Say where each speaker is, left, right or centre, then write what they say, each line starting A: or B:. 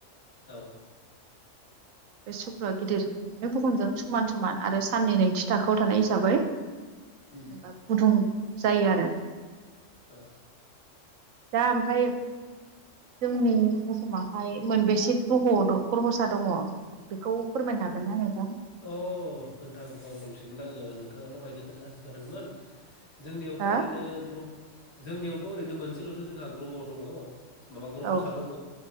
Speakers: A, on the left (about 55°); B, on the right (about 85°).
A: औ
B: बे सुक्रुआ गिदिर बुहुमजों समान समान आरो साननै नैथि थाखोआव थानाय हिसाबै जेनेबा
A: उम
B: गुदुं जायो आरो।
A: औ
B: दा ओमफफ्राय जोंनि बुहुमाहाय मोनबेसे ग्रह' ग्रह'सा दङ बेखौ फोरमायनो हागोन ना नोंथां?
A: अ नोंथां बावदोंसोमोन आङो नोंथाङा दहायनो खोन्थानोथिनखादोंमोन। जोंनियावथ'
B: हो
A: ओरैनो ग्रु जोंनियावथ' ओरैनो मोनसेल'सो जोंहा ग्रह' दङ। माबा ग्रह'सा
B: औ
A: दङ